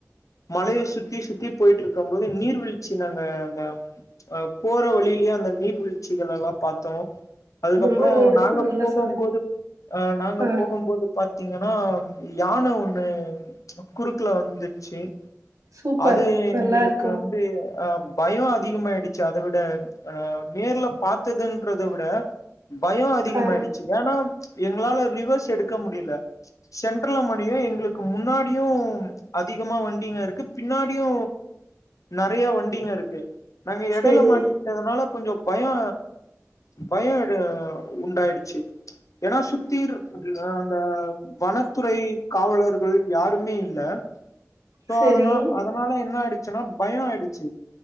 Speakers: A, on the left; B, on the right.
A: மழைய சுத்தி சுத்தி போய்ட்டு இருக்கும் போது நீர்வீழ்ச்சி நாங்க அந்த அ போற வழியிலேயே அந்த நீர்வீழ்ச்சிகளல்லா பாத்தோ அதுக்கப்புறோ
B: ரொம்பவே
A: நாங்க
B: ஸ்- நல்லா
A: போகும்
B: சொன்னீங்க
A: போது அ நாங்க
B: ஆ
A: போகும்போது பாத்தீங்கன்னா யான ஒண்ணு குறுக்குல வந்துருச்சு
B: சூப்பர்
A: அது எங்களுக்கு
B: நல்லா இருக்கு
A: வந்து அ பயோ அதிகமாயிடுச்சு அத விட ஆ நேர்ல பாத்ததுன்றத விட பயோ அதிகமாயி
B: ஆ
A: ச்சு ஏன்னா எங்களால ரிவர்ஸ் எடுக்க முடியல சென்ட்ரல மாட்டிக்ரோ எங்களுக்கு முன்னாடியு அதிகமா வண்டிங்க இருக்கு பின்னாடியு நிறைய வண்டிங்க இருக்கு நாங்க இடையில
B: சேரி
A: மாட்டிக்கிட்டதுனால கொஞ்சோ பயோ பயோ உண்டாயிடுச்சு ஏன்னா சுத்திருக்க கூடிய அந்த வனத்துறை காவலர்கள் யாருமே இல்ல சோ
B: சேரி
A: அதன அதனால என்ன ஆயிடுச்சுன்னா பயோ ஆயிடுச்சு